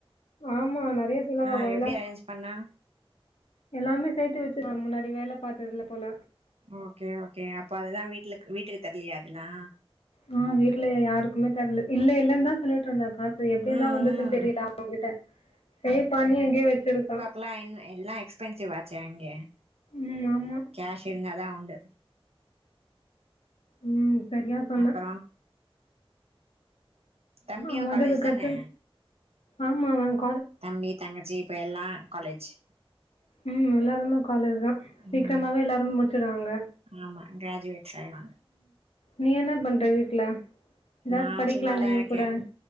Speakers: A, on the left; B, on the right.
A: ஆமா நறைய செலவாகு
B: ஆ எப்டி
A: எல்லம்
B: அரேஞ்ச் பண்ணா
A: எல்லாமே சேர்த்து வச்சுரா முன்னாடி வேல பாத்ததுல போல
B: ஓகே ஓகே அப்போ அததுல்லா வீட்டுல வீட்டுக்கு தரலயா அதல்லா
A: ஆ வீட்ல யாருக்குமே தர்ல இல்ல இல்லலைன்னு தா சொல்லிட்டு இருந்தாக்கா அது எப்டினு
B: ம்
A: தா வந்துருச்சுன்னு
B: ம்
A: தெரில அவ அவங்ககிட்ட சேவ் பண்ணி எங்கயே வச்சிருக்கா
B: எல்லான்னு எல்லா எக்ஸ்பென்சிவ் ஆச்சே அங்க
A: ம் ஆமா
B: கேஷ் இருந்தாதா உண்டு
A: ம் சரியா சொன்ன
B: அப்பறோ தம்பியு
A: அவந்து
B: காலேஜ்
A: காத்து
B: தானே
A: ஆமா மேம்
B: அம் தம்பி தங்கச்சி இப்ப எல்லா காலேஜி
A: ம் எல்லாருமே காலேஜ் தா சீக்கிரமாவே
B: ம்
A: எல்லாருமே முடிச்சுடுவாங்க
B: ஆமா கிராஜுவேட்ஸ் சாயிலா
A: நீ என்ன பண்ற வீட்ல ஏதாச்சு
B: நா
A: படிக்கலாம்ல
B: சும்மாதா
A: நீ
B: இருக்கே
A: கூட